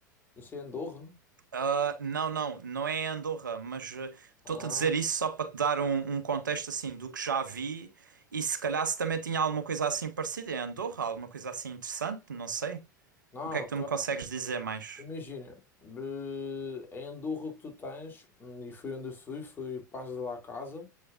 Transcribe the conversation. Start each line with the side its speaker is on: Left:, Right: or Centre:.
Left: Isso é Andorra?
Right: Ah, não, não, não é Andorra, mas ah, estou-te
Left: Ah,
Right: a dizer isso só para te dar um, um contexto assim do que já vi e se calhar se também tinha alguma coisa assim parecida em Andorra, alguma coisa assim interessante, não sei.
Left: não,
Right: O que é que
Left: ok,
Right: tu me consegues dizer mais?
Left: Imagina, eh, em Andorra o que tu tens, hum, e fui onde fui, fui Paz de la Casa,